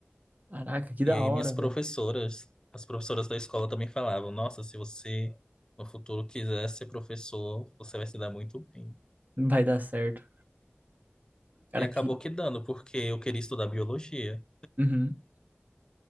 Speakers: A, on the right; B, on the left.
A: Caraca, que da
B: E aí
A: hora,
B: minhas
A: velho.
B: professoras, as professoras da escola também falavam: Nossa, se você no futuro quiser ser professor, você vai se dar muito bem.
A: Vai dar certo. Cara,
B: E acabou
A: que.
B: que dando, porque eu queria estudar biologia.
A: Uhum.